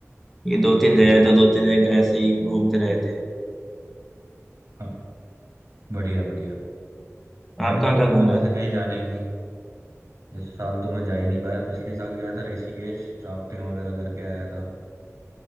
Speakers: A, in the centre; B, on the right.
A: ये दो तीन जगह
B: बढ़िया
A: है तो दो तीन जगह ऐसे ही घूमते रहे थे
B: हाँ बढ़िया बढ़िया मैं
A: आप
B: भी सोच
A: कहाँ कहाँ
B: रहा
A: घूमे
B: हूँ वैसे कहीं जाने की इस साल तो मैं जा ही नहीं पाया पिछले साल गया था ऋषिकेश राफ्टिंग वगैरह करके आया था